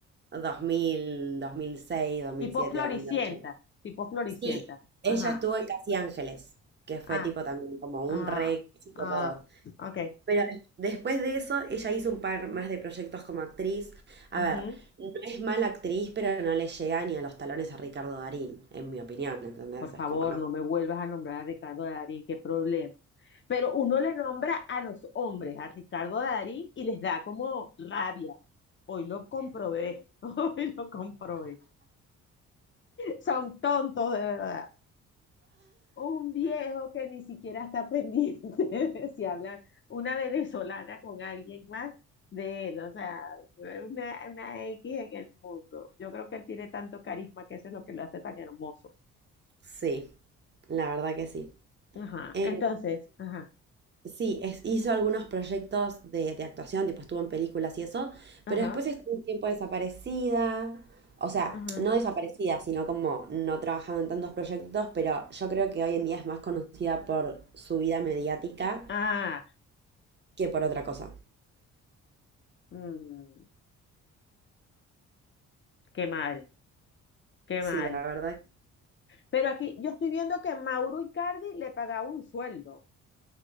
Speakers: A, on the right; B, on the left.
A: dos dos mil mil mil seis
B: Tipo
A: siete
B: floricienta,
A: dos mil ocho
B: tipo floricienta.
A: Sí, ella
B: Ajá,
A: estuvo en Casi Ángeles, que fue
B: ah,
A: tipo también como
B: ah,
A: un re éxito
B: ah,
A: todo.
B: ok.
A: Pero des- después de eso, ella hizo un par más de proyectos como actriz. A
B: ujú.
A: ver, no es mala actriz, pero no le llega ni a los talones a Ricardo Darín, en mi opinión, ¿entendés?
B: Por favor,
A: Es como no.
B: no me vuelvas a nombrar a Ricardo Darín, qué problema. Pero uno le nombra a los hombres, a Ricardo Darín, y les da como rabia. Hoy lo comprobé, <laughs> hoy lo comprobé. Son tontos de verdad. un viejo que ni siquiera está pendiente <laughs> de si habla una venezolana con alguien más de él, o sea, una, una X en el mundo. Yo creo que él tiene tanto carisma que eso es lo que lo hace tan hermoso.
A: Sí, la verdad que sí.
B: Ajá,
A: Eh,
B: entonces, ajá,
A: sí, es- hizo algunos proyectos de, de actuación, tipo estuvo en películas y eso,
B: ajá,
A: pero después estuvo un tiempo desaparecida. O sea,
B: ajá.
A: no desaparecida, sino como no trabajando en tantos proyectos, pero yo creo que hoy en día es más conocida por su vida mediática
B: Ah,
A: que por otra cosa.
B: mm, qué mal, qué
A: Sí,
B: mal.
A: la verdad.
B: Pero aquí yo estoy viendo que Mauro Icardi le pagaba un sueldo.